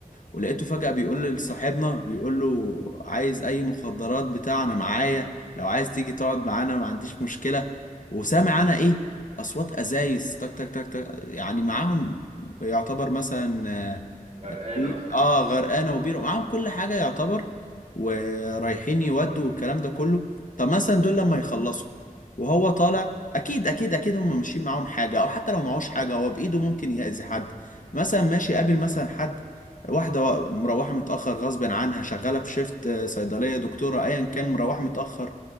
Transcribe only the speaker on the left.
ولقيته فجأة بيقول
لصاحبنا بيقول له عايز أي مخدرات بتاع أنا معايا لو عايز تيجي تقعد معانا ما عنديش مشكلة وسامع أنا إيه أصوات أزايز تك تك تك تك يعني معاهم يعتبر مثلا
يعني بي
اه غرقانه وبير معاهم كل حاجه يعتبر ورايحين يودوا والكلام ده كله طب مثلا دول لما يخلصوا وهو طالع اكيد اكيد اكيد هم ماشيين معاهم حاجه او حتى لو معهوش حاجه هو بايده ممكن يأذي حد مثلا ماشي قابل مثلا حد واحده و- مروحه متاخر غصب عنها شغاله في شيفت آه، صيدليه دكتوره ايا كان مروحه متاخر